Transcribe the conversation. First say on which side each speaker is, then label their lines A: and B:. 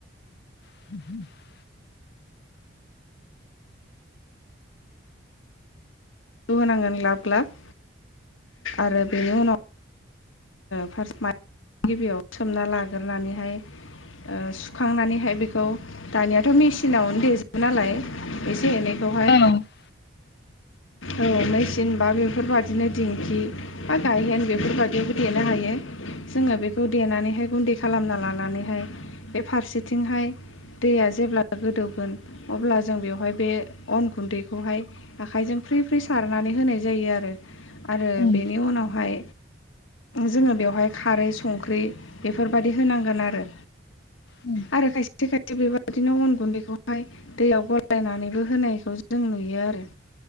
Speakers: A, on the left; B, on the left.
A: <inaudible>
B: होनांगोन लाब लाब आरो बेनि उनाव फार्स्ट माइ गिबियाव सोमना लाग्रोनानैहाय सुखांनानैहाय बेखौ दानियाथ' मेसिनावनो देजोबो नालाय एसे एनैखौहाय
A: औ
B: औ मेचन बा बेफोरबायदिनो दिंखि बा गायहेन बेफोरबायदियाव देनो हायो जोङो बेखौ देनानैहाय गुन्दै खालामना लानानैहाय बे फारसेथिंहाय दैया जेब्ला गोदौगोन अब्ला जों बेवहाय बे अन गुन्दैखौहाय आखाइजों फ्रि फ्रि सारनानै होनाय जायो आरो आरो
A: औ
B: बेनि उनावहाय जोङो बेवहाय खारै संख्रि बेफोरबायदि होनांगोन आरो
A: उम
B: आरो खायसे खायसे बेबादिनो अन गुन्दैखौहाय दैयाव गलायनानैबो होनायखौ जों नुयो आरो